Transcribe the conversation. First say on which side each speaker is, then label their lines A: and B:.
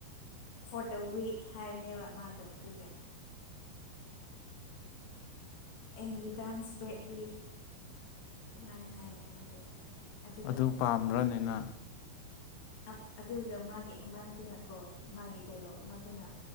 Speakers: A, on the left; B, on the left.
A: ꯐꯣꯔ ꯗ ꯋꯤꯛ ꯍꯥꯏꯕꯅꯦꯕ ꯃꯥꯗꯣ ꯑꯗꯨꯒ ꯑꯦꯟ ꯌꯨ ꯇꯔꯟꯁ ꯕꯦꯛꯂꯤ ꯑꯗꯨꯃꯥꯏꯅ ꯍꯥꯏꯌꯦ ꯃꯥꯗꯣ ꯑꯗꯨꯒ
B: ꯑꯗꯨ ꯄꯥꯝꯕ꯭ꯔꯅꯦ ꯅ
A: ꯑꯝ ꯑꯗꯨꯒ ꯃꯥꯒꯤ ꯑꯃꯗꯨꯅꯀꯣ ꯃꯥꯒꯤ ꯗꯥꯏꯂꯣꯛ ꯑꯃꯗꯨꯅ